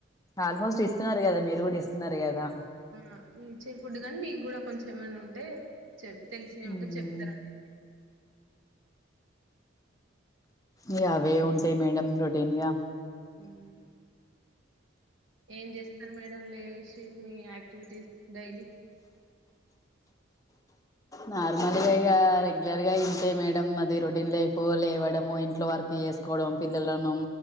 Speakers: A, on the left; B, on the right.
A: ఆల్మోస్ట్ ఇస్తున్నారు కదా మీరు కూడా ఇస్తున్నారు కదా
B: ఆ మీ ఇచ్చ ఫుడ్ కానీ మీకు కూడా కొంచెం ఏమైన్నా ఉంటే చె తెలిసినవి ఉంటే
A: ఉమ్
B: చెప్తారడి
A: ఇ అవే ఉంటాయి మేడం రొడన్ గా
B: హమ్ ఏం చేస్తారు మే లేసి మీ యాక్టివిటీస్ డైలీ
A: నార్మల్గా ఇ రెగ్యులర్ గా ఇంతే మేడం అది రొటీన్ లైఫ్ లేవడము ఇంట్లో వర్క్ చేసుకోవడం పిల్లలను